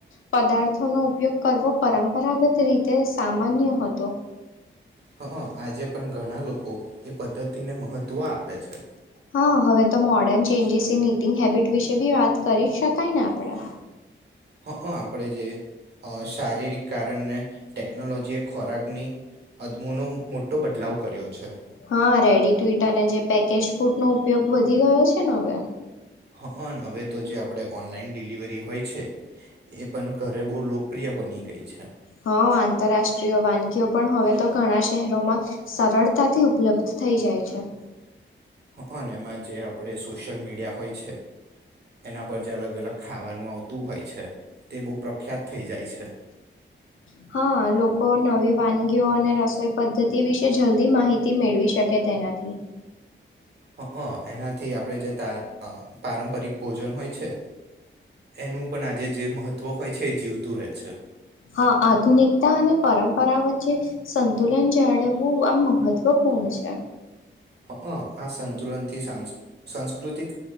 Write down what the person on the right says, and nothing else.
હ આજે પણ ઘણા લોકો એ પદ્ધતિને મહત્ત્વ આપે છે
હ આપણે જે શારીરિક કારણને ટેકનોલોજીએ ખોરાકની અદમોનો મોટો બદલાવ કર્યો છે
હા હવે તો જે આપણે ઓનલાઈન ડિલિવરી હોય છે એ પણ ઘરે બહુ લોકપ્રિય બની ગઈ છે
હ અને એમાં જે આપણે સોશિયલ મીડિયા હોય છે એના પર અલગ અલગ ખાવાનું આવતું હોય છે તે બહ પ્રખ્યાત થઈ જાય છે
હ એનાથી આપણે જે ત પારંપરિક ભોજન હોય છે એનું પણ આજે જે મહત્ત્વ હોય છે એ જીવતું રહે છે
હ આ સંતુલનથી સા સાંસ્કૃતિક